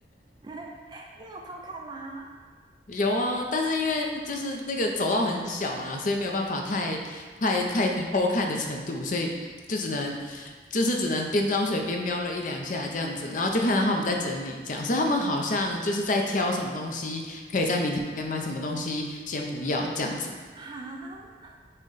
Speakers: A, on the right; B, on the left.
A: <laughs> 你有偷看吗？
B: 有啊，但是因为就是那个走道很小啦，所以没有办法太太太多看的程度，所以就只能就是只能边装水边瞄了一两下这样子，然后就看到他们在整理这样，所以他们好像就是在挑什么东西可以在明天买，什么东西先不要这样子，
A: 啊，